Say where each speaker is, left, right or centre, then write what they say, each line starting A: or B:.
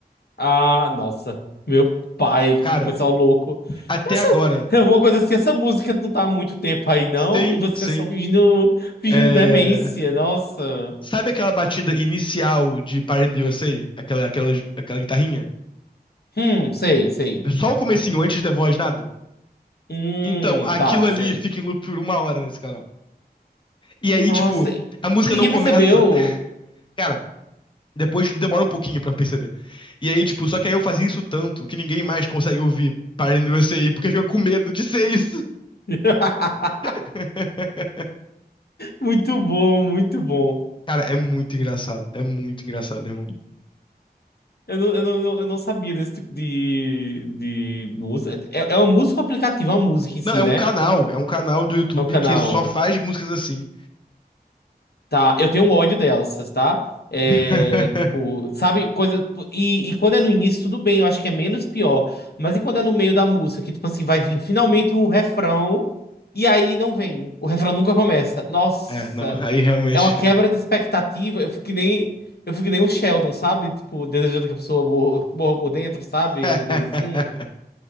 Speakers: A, on the left; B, on the left.
A: Ah, nossa, meu pai,
B: Cara,
A: que pessoal louco.
B: até
A: Essa
B: agora.
A: é uma coisa assim, essa música não tá há muito tempo aí, não,
B: Sim,
A: e você
B: sim.
A: só fingindo, fingindo
B: É...
A: demência, nossa.
B: Sabe aquela batida inicial de Parent the USA? Aquela, aquela, aquela guitarrinha?
A: Hum, sei, sei.
B: Só o comecinho, antes da voz, nada?
A: Hum,
B: Então, aquilo
A: tá, sei.
B: ali fica em loop por uma hora nesse canal.
A: Nossa,
B: E aí, tipo,
A: e
B: a música
A: e ninguém
B: não começa.
A: percebeu.
B: Cara, Depois demora um pouquinho pra perceber. E aí, tipo, só que aí eu fazia isso tanto que ninguém mais consegue ouvir Party in the USA porque fica com medo de ser isso.
A: <laughs>
B: <laughs>
A: Muito bom, muito bom.
B: Cara, é muito engraçado. É muito engraçado, irmão.
A: Eu não, eu não, eu não sabia desse tipo de, de música. É, é uma música ou aplicativo? É uma música em
B: Não,
A: si,
B: é um
A: né?
B: canal. É um canal do YouTube
A: É o canal.
B: que só faz músicas assim.
A: Tá, eu tenho um ódio dessas, tá? É,
B: <laughs>
A: tipo, sabe, coisa. E, e quando é no início, tudo bem, eu acho que é menos pior. Mas e quando é no meio da música, que, tipo assim, vai vir finalmente o refrão, e aí não vem. O refrão nunca começa. Nossa,
B: É, não, aí realmente.
A: é uma quebra de expectativa. Eu fico que nem, eu fico que nem o Sheldon, sabe? Tipo, desejando que a pessoa morra, morra por dentro, sabe?
B: <laughs>
A: Uma coisa assim.